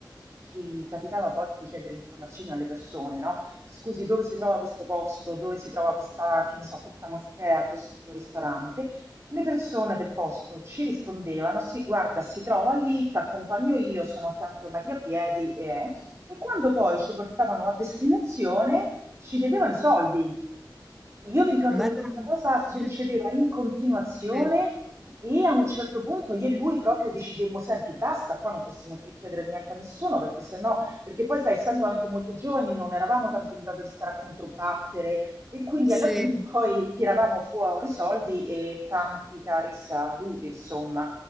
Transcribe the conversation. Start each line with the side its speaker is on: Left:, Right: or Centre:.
Right: ci capitava a volte di chiedere informazioni alle persone, no? Scusi, dove si trova questo posto? Dove si trova questa, che ne so, questa moschea, questo ristorante? Le persone del posto ci rispondevano, sì, guarda, si trova lì, ti accompagno io, sono 100 metri a piedi e... E quando poi ci portavano a destinazione, ci chiedevano i soldi. Io mi ricordo
Centre: Ma
Right: che
Centre: dai,
Right: questa cosa succedeva
Centre: <laughs>
Right: in continuazione
Centre: sì,
Right: e a un certo punto io e lui proprio decidemmo, senti, basta, qua non possiamo più chiedere niente a nessuno, perché se no, perché poi sai, essendo anche molto giovani non eravamo tanto in grado di stare a controbattere e quindi
Centre: sì,
Right: alla fine poi tiravamo fuori i soldi e tanti cari saluti, insomma.